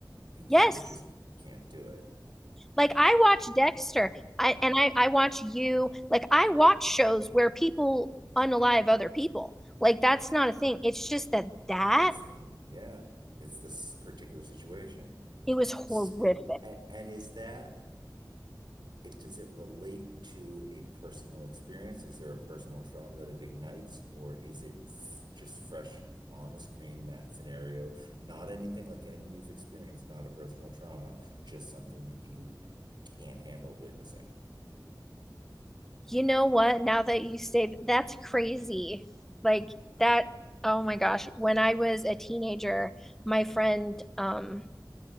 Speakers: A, on the right; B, in the centre.
A: You can't
B: yes
A: you just you can't do it.
B: like i watch dexter i
A: And
B: and i i watch you like i watch shows where people unalive other people like that's not a thing it's just that that
A: it's the yeah, it's this particular situation.
B: it was horrific
A: S- a- and is that it, does it relate to a personal experience? Is there a personal trauma that it ignites, or is it f- just fresh on the screen, that scenario? Not anything like anything you've experienced, not a personal trauma, just something that you can't handle witnessing.
B: you know what? Now that you say that's crazy. Like that, oh my gosh. When I was a teenager, my friend, um,